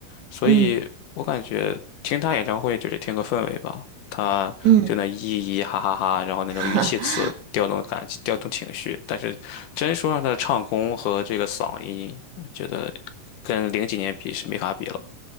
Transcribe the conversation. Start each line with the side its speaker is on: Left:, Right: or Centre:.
Left: 所以我感觉听他演唱会就是听个氛围吧，
Right: 嗯
Left: 他就那咿咿哈哈哈，
Right: 嗯，
Left: 然后那种语气词调动感情，
Right: <laughs>
Left: 调动情绪。但是真说让他的唱功和这个嗓音，我觉得跟零几年比是没法比了。